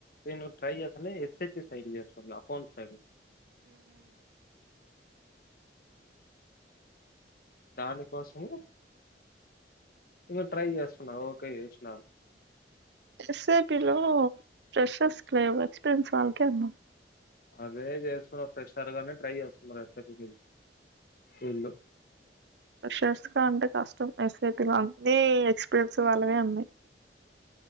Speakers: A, on the left; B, on the right.
A: నేను ట్రై చేస్తాండి ఎస్ఐపి సైడ్ చేస్తాను అకౌంట్ సైడ్ దానికోసమే ఇంగ ట్రై చే <unintelligible> న్నారు ఓకే చేసినారు
B: ఎస్ఐపిలో ఫ్రెషర్స్ లేవ్ ఎక్స్పీరియన్స్ వాళ్ళకే ఉ
A: అదే చేస్తున్నారు ఫ్రెషర్ గాని ట్రై చేస్తున్నారు ఎస్సఐ పీకి ఈళ్లు
B: ఫ్రెషర్స్ కి అంటే కష్టం ఎస్ఐటి అన్ని ఎక్స్పీరియన్స్ వాళ్ళయే ఉన్నాయి